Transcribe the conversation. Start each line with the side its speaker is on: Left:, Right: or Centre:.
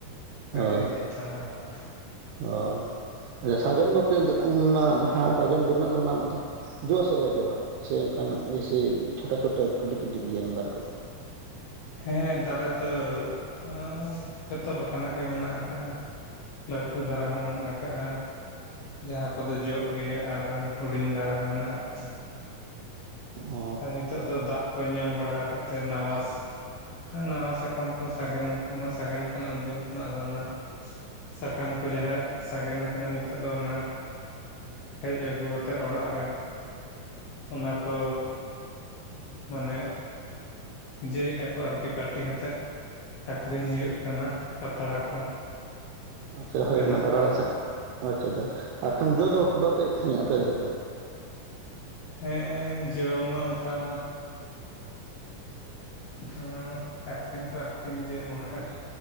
Left: ᱠᱟᱹᱴᱤᱡ
Right: ᱦᱳᱭ
Left: ᱦᱤᱡᱟᱹᱜ ᱠᱟᱱᱟ ᱟᱨᱠᱤ᱾
Right: ᱦᱳᱭ ᱟᱪᱪᱷᱟ ᱥᱟᱨᱡᱚᱢ ᱫᱚ <unintelligible> ᱡᱟᱦᱟᱸ ᱥᱟᱨᱡᱚᱢ ᱵᱤᱨ ᱨᱮᱱᱟᱜ ᱫᱚ ᱚᱱᱟ ᱨᱮᱱᱟᱜ ᱫᱚ ᱡᱚᱜᱼᱟ ᱥᱮ ᱵᱟᱭ ᱡᱚᱜᱼᱟ ᱥᱮ ᱚᱱᱠᱟᱱᱟᱜ ᱤᱭᱟ. ᱪᱷᱳᱴᱟ ᱪᱷᱳᱴᱟ ᱠᱟᱹᱴᱤᱡ ᱠᱟᱹᱴᱤᱡ ᱜᱮ ᱚᱱᱟ ᱫᱟᱨᱮ ᱠᱷᱚᱱ?
Left: ᱦᱮᱸ ᱫᱟᱨᱮ ᱫᱚ ᱚᱸ ᱡᱷᱚᱛᱚ ᱞᱮᱠᱟᱱᱟᱜ ᱜᱮ ᱢᱮᱱᱟᱜ ᱟᱠᱟᱜᱼᱟ᱾ ᱞᱟᱹᱴᱷᱩ ᱫᱟᱨᱮ ᱦᱚᱸ ᱢᱮᱱᱟᱜ ᱟᱠᱟᱜᱼᱟ᱾ ᱡᱟᱦᱟᱸ ᱠᱚᱫᱚ ᱡᱚᱜ ᱜᱮᱭᱟ ᱟᱨ ᱦᱩᱸᱰᱤᱧ ᱫᱷᱟᱨᱟ ᱦᱚᱸ ᱢᱮᱱᱟᱜ ᱟᱠᱟᱜᱼᱟ᱾
Right: ᱚ
Left: ᱦᱳᱭ ᱱᱤᱛᱚᱜ ᱫᱚ ᱫᱟᱜ ᱠᱚᱭ ᱧᱟᱢ ᱵᱟᱲᱟ ᱟᱠᱟᱫ ᱛᱮ ᱱᱟᱣᱟᱥ ᱱᱟᱣᱟ ᱥᱟᱠᱟᱢ ᱠᱚ ᱥᱟᱜᱮᱱ ᱟᱠᱟᱱᱟ᱾ ᱥᱟᱜᱮᱱ ᱟᱠᱟᱱᱟ ᱩᱱᱫᱤᱱ ᱠᱷᱚᱱᱟᱜ ᱟᱫᱚ ᱩᱱᱟᱹᱜ ᱥᱟᱠᱟᱢ ᱠᱚ ᱡᱟᱦᱟᱸ ᱥᱟᱜᱮᱱ ᱟᱠᱟᱱᱟ ᱱᱤᱛᱚᱜ ᱫᱚ ᱚᱱᱟ ᱦᱮᱡ ᱟᱹᱜᱩ ᱟᱛᱮᱫ ᱚᱲᱟᱜ ᱨᱮ ᱚᱱᱟ ᱠᱚ ᱢᱟᱱᱮ ᱡᱮ ᱟᱹᱨᱠᱤ ᱯᱟᱹᱴᱤ ᱦᱟᱛᱮᱫ ᱟᱹᱠᱷᱨᱤᱧ ᱦᱩᱭᱩᱜ ᱠᱟᱱᱟ᱾ ᱯᱟᱛᱲᱟ ᱠᱚ
Right: ᱟᱪᱪᱷᱟ ᱦᱳᱭ
Left: ᱵᱮᱱᱟᱜ
Right: <unintelligible> ᱟᱪᱪᱷᱟ
Left: ᱠᱟᱱᱟ
Right: ᱟᱪᱪᱷᱟ, ᱟᱨᱠᱷᱟᱱ ᱡᱚ ᱫᱚ ᱵᱟᱯᱮ ᱟᱹᱠᱷᱨᱤᱧᱟ ᱟᱯᱮ ᱥᱮᱫ ᱫᱚ?
Left: ᱦᱮᱸ ᱡᱚ ᱢᱟ ᱚᱱᱠᱟ ᱢᱟ ᱦᱩᱸ ᱟᱹᱠᱷᱨᱤᱧ ᱛᱚ ᱟᱹᱠᱷᱨᱤᱧ ᱜᱮ ᱢᱚᱱᱮ ᱦᱚᱭ᱾